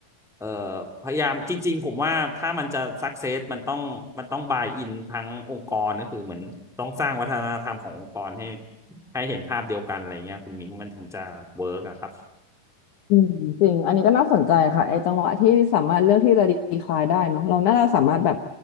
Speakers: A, in the centre; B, on the left (about 65°).
A: เอ่อพยายามจริงๆผมว่าถ้ามันจะสักเซสมันต้องมันต้องบายอินทั้งองค์กรก็คือเหมือนต้องสร้างวัฒนธรรมขององค์กรให้ให้เห็นภาพเดียวกันอะไรเงี้ยคุณมิ้นมันถึงจะเวิร์กอะครับ
B: อืมจริงอันนี้ก็น่าสนใจค่ะไอ้จังหวะที่สามารถเลือกที่จะดีคลายได้เนาะเราน่าจะสามารถแบบ